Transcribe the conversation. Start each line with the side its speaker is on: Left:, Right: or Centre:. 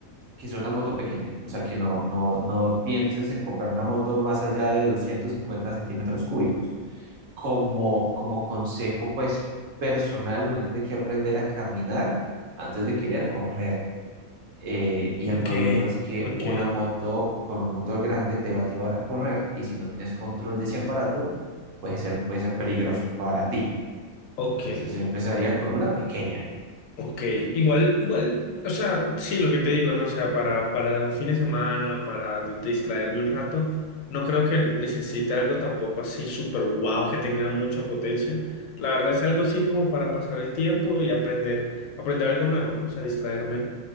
Right: que es una moto pequeña, o sea, que no, no, no pienses en comprar una moto más allá de 250 centímetros cúbicos. Como, como consejo, pues, personal, uno tiene que aprender a caminar antes de querer correr. Eh, y el
Left: Ok,
Right: problema es que
Left: ok,
Right: una moto con un motor grande te va a llevar a correr y si no tienes control de ese aparato, puede ser, puede ser peligroso para ti.
Left: ok,
Right: Entonces yo empezaría con una pequeña.
Left: ok. Igual, igual, o sea, sí, lo que te digo, ¿no? O sea, para, para un fin de semana, para di- distraerme un rato, no creo que necesite algo tampoco así súper wow que tenga mucha potencia. La verdad es algo así como para pasar el tiempo y aprender, aprender algo nuevo, ¿no? O sea, distraerme